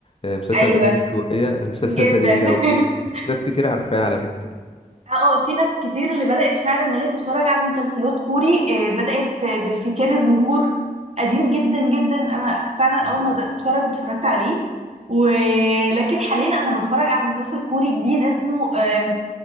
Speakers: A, on the left (about 35°); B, on the right (about 45°).
A: آه، مسلسل
B: أيوة
A: قديم شوية <laughs> المسلسل
B: جدا
A: ده جميل
B: <laughs>
A: قوي ناس كتير عارفاه على فكرة
B: اه آه، في ناس كتير اللي بدأت فعلا ان هي تتفرج على مسلسلات كوري آه، بدأت آه، بالفتيان الزهور قديم جدا جدا انا فعلا اول
A: مم.
B: ما بدأت اتفرج اتفرجت عليه ولكن حاليا انا بتفرج على مسلسل كوري جديد اسمه آم،